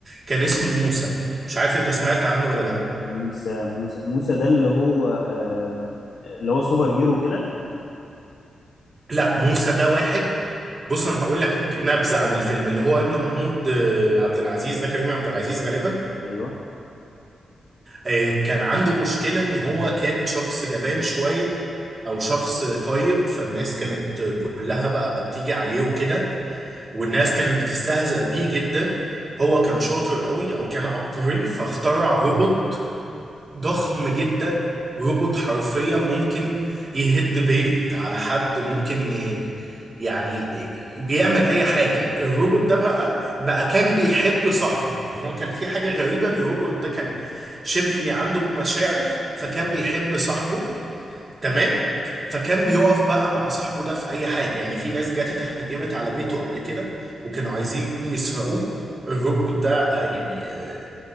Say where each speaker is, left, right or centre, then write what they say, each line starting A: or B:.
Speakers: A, on the right (about 35°); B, on the left (about 70°).
A: كان اسمه موسى مش عارف انت سمعت عنه ولا لا
B: موسى موسى موسى ده اللي هو آم، اللي هو سوبر هيرو كده
A: لا موسى ده واحد بص انا هقول لك نبذه عن الفيلم اللي هو ابن محمود آه، عبد العزيز ده كريم عبد العزيز غالبا
B: ايوه
A: آه، كان عنده مشكله ان هو كان شخص جبان شويه او شخص طيب فالناس كانت كلها بقى بتيجي عليه وكده والناس كانت بتستهزأ بيه جدا هو كان شاطر قوي او كان عبقري فاخترع روبوت ضخم جدا روبوت حرفيا ممكن يهد بيت على حد ممكن ي... يعني بيعمل اي حاجه الروبوت ده بقى بقى كان بيحب صاحبه يعني هو كان في حاجه غريبه ان الروبوت ده كان شبه ان عنده مشاعر فكان
B: اه
A: بيحب صاحبه تمام فكان بيقف بقى مع صاحبه ده في اي حاجه يعني في ناس جت اتهجمت على بيته قبل كده وكانوا عايزين يسرقوه الروبوت ده آه، يعني آه،